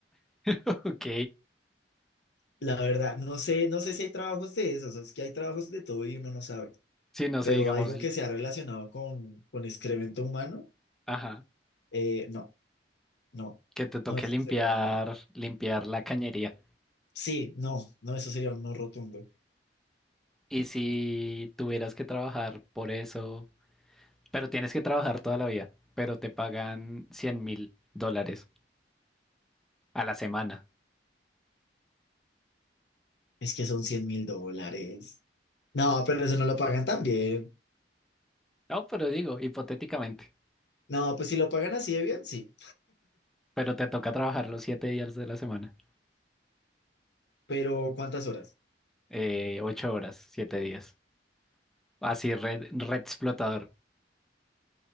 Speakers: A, in the centre; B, on the left.
A: Ok,
B: La verdad, no sé, no sé si hay trabajos de esos, es que hay trabajos de todo y uno no sabe,
A: si no
B: pero
A: sé, digamos,
B: algo que sea relacionado con, con excremento humano,
A: ajá,
B: eh, no, no,
A: que te toque
B: no, eso
A: limpiar,
B: sería un,
A: limpiar la cañería.
B: sí, no, no, eso sería un no rotundo.
A: Y si tuvieras que trabajar por eso, pero tienes que trabajar toda la vida, pero te pagan cien mil dólares a la semana.
B: Es que son cien mil dólares. No, pero eso no lo pagan tan bien.
A: No, pero digo, hipotéticamente,
B: No, pues si lo pagan así de bien, sí,
A: pero te toca trabajar los siete días de la semana,
B: pero ¿cuántas horas?
A: eh, ocho horas, siete días. Así, red, red explotador.